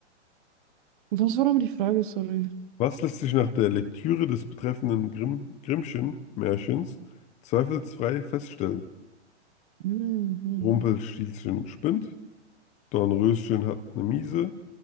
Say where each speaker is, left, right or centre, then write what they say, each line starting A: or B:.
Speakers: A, on the right (about 45°); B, on the left (about 20°).
A: Was war nochmal die Frage, sorry?
B: Was lässt sich nach der Lektüre des betreffenden Grimm Grimmschen-Märchens zweifelsfrei feststellen?
A: Mhm.
B: Rumpelstilzchen spinnt. Dornröschen hat eine Miese,